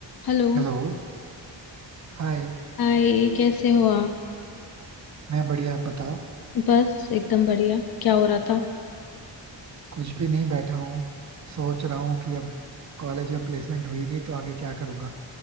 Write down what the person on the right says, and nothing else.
Hello Hi
मैं बढ़िया आप बताओ
कुछ भी नहीं बैठा हूँ सोच रहा हूँ कि अब कॉलेज में प्लेसमेंट हुई नहीं तो आगे क्या करूँगा